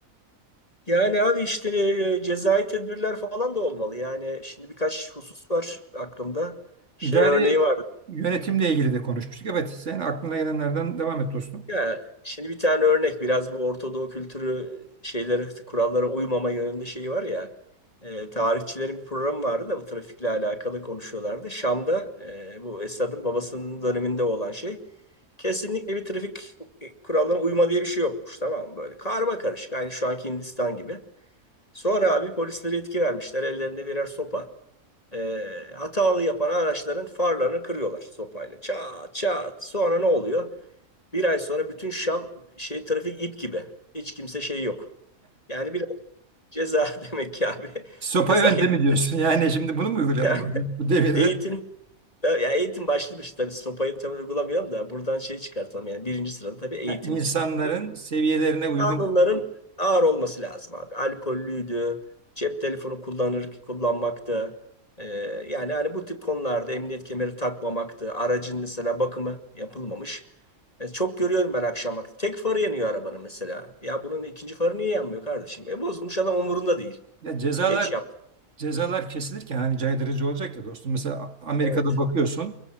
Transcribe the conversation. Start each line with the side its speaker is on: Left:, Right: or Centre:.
Left: Yani abi işte e, cezai tedbirler falan da olmalı. Yani şimdi birkaç husus var aklımda. Şey
Right: İdari
Left: örneği var.
Right: yönetimle ilgili de konuşmuştuk. Evet, sen aklına gelenlerden devam et dostum.
Left: Ya şimdi bir tane örnek biraz bu Orta kültürü şeylere kurallara uymama yönünde şeyi var ya e, tarihçilerin bir programı vardı da bu trafikle alakalı konuşuyorlardı. Şam'da e, bu Esad'ın babasının döneminde olan şey kesinlikle bir trafik kurallarına uyma diye bir şey yokmuş tamam mı böyle karma karışık aynı şu anki Hindistan gibi. Sonra abi polislere yetki vermişler ellerinde birer sopa. E, hatalı yapan araçların farlarını kırıyorlar sopayla. Çat çat. Sonra ne oluyor? Bir ay sonra bütün Şam şey trafik ip gibi. Hiç kimse şey yok. Yani biraz ceza <laughs> demek ki abi.
Right: Sopa
Left: <laughs> Ceza
Right: yöntemi diyorsun. <laughs> Yani şimdi bunu mu uygulayalım
Left: yani
Right: bu devirde?
Left: eğitim ya eğitim başlı bir şey tabii sopayı tam uygulamayalım da buradan şey çıkartalım yani birinci sırada tabii eğitim
Right: Ya insanların
Left: geliyor.
Right: seviyelerine uygun
Left: Kanunların ağır olması lazım abi. Alkollüydü, cep telefonu kullanır kullanmaktı. Ee, yani hani bu tip konularda emniyet kemeri takmamaktı. Aracın mesela bakımı yapılmamış. E, çok görüyorum ben akşam vakti. Tek farı yanıyor arabanın mesela. Ya bunun ikinci farı niye yanmıyor kardeşim? E bozulmuş adam umurunda değil.
Right: ya cezalar
Left: Geç yaptı.
Right: cezalar kesilirken hani caydırıcı olacak ya dostum. Mesela Amerika'da
Left: Evet.
Right: bakıyorsun